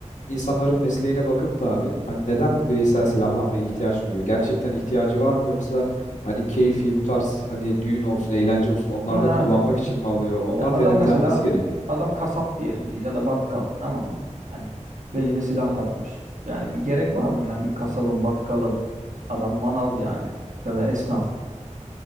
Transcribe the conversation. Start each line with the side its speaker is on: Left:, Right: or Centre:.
Left: insanların mesleğine bakıp da abi hani neden bu bireysel silahlanmaya ihtiyaç duyuyor? Gerçekten ihtiyacı var mı yoksa hani keyfi bu tarz hani düğün olsun, eğlence olsun onlarda
Right: Yani.
Left: kullanmak için mi alıyor? Onlar
Right: Ya adam
Left: denetlenmesi
Right: mesela
Left: gerekiyor.
Right: adam kasap diyelim ki ya da bakkal tamam mı? Hani beline silah takmış. Yani bir gerek var mı? Yani bir kasabın, bakkalın, adam manav yani ya da esnaf.